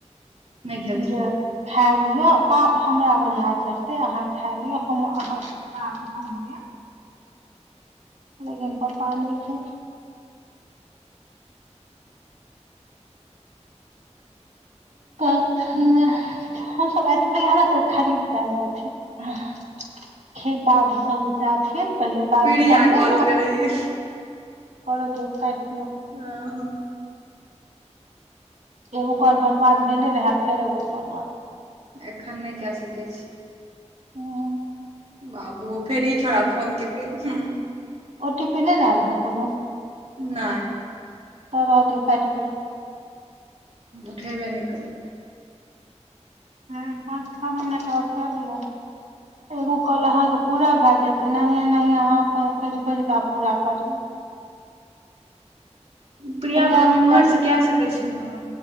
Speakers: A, on the right; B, on the right.
A: नहि खेलखिन
B: जे खा लिय पाप हमरा ओझा चढ़तय आहां खायलियौ हम अहां के पाप हम लेब लेकिन पप्पा नहि ख हम सभ अ <unintelligible> ठमेहरा सभ खरीद कऽ आएल रहथिन्ह खे बाध सभ जे जाथिन पहिले बाध
A: प्रिया
B: सभ नहि
A: कॉल
B: माछ
A: करैये
B: करऽ दियौ काटि दियौ
A: हें ह
B: एगो कॉल बर्बाद भेले र‌एहा फेर एगो बर्बाद
A: एखन नहि कए सकै छी
B: हुं
A: बाबू फेर ई छोड़ा फोन केलकै हूं
B: ओ टी पी नहि ने आयल रहनि कोनो
A: नहि
B: तऽ रहऽ दियौ काटि दियौ
A: उठेबे नहि करबै
B: नहि पाँच छो मिनट आओर क लिय एगो कॉल अहाँके पूरा भय जायत एनाहे एनाहे अहाँ अपन खोज खोज कऽ आ पूरा करियौ
A: प्रिया
B: प्रयास
A: के हम इम्हर
B: चार
A: से कै सकै छियै ने आहाँ